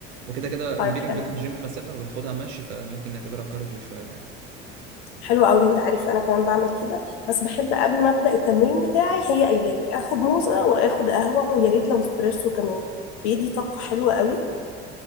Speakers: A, on the right (about 80°); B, on the left (about 70°).
A: وكده كده
B: طيب
A: بيني
B: حلو
A: وبين الجيم
B: جدا
A: مسافه باخدها مشي فممكن نعتبرها كارديو شويه يعني
B: حلو أوي أنت عارف أنا كمان بعمل كده بس بحب قبل ما أبدأ التمرين بتاعي هي قايلة لي آخد موزة وآخد قهوة ويا ريت لو اسبريسو كمان بيدي طاقة حلوة أوي